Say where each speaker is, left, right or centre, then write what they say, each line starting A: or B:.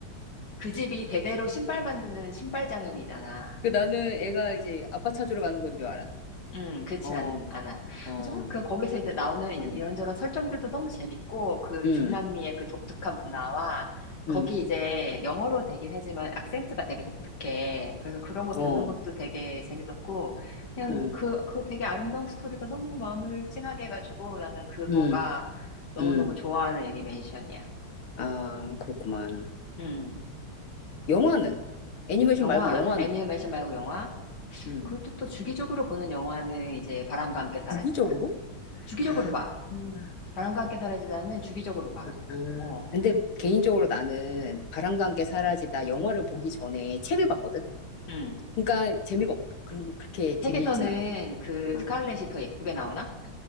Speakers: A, on the left; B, on the left.
A: 그 집이 대대로 신발 만드는 신발 장인이잖아.
B: 어. 그 나는 애가 이제 아빠 찾으러 가는 건 줄 알았네.
A: 음, 그렇진
B: 어,
A: 않, 않아.
B: 어, 어.
A: 하지만 그 거기서 이제 나오는 이-
B: 어.
A: 이런저런 설정들도 너무 재밌고 그
B: 음,
A: 중남미의 그 독특한 문화와 거기
B: 음,
A: 이제 영어로 되긴 하지만 악센트가 되게 독특해. 그래서 그런 거 듣는
B: 어,
A: 것도 되게 재밌었고 그냥
B: 음,
A: 그, 그 되게 아름다운 스토리가 너무 마음을 찡하게 해가지고 나는 그거가
B: 음,
A: 너무너무
B: 음.
A: 좋아하는 애니메이션이야.
B: 아, 그렇구만.
A: 음.
B: 영화는? 애니메이션
A: 영화,
B: 말고 영화는?
A: 애니메이션 말고 영화?
B: 음,
A: 그것도 또 주기적으로 보는 영화는 이제 바람과 함께 사라지다.
B: 주기적으로?
A: 주기적으로
B: 아,
A: 봐.
B: 음,
A: 바람과 함께 사라지다는 주기적으로 봐.
B: 아.
A: 어,
B: 근데 개인적으로 나는 바람과 함께 사라지다 영화를 보기 전에 책을 봤거든?
A: 음.
B: 그러니까 재미가 없, 그런, 그렇게 재미있진
A: 책에서는 그
B: 않아.
A: 스칼렛이 더 예쁘게 나오나?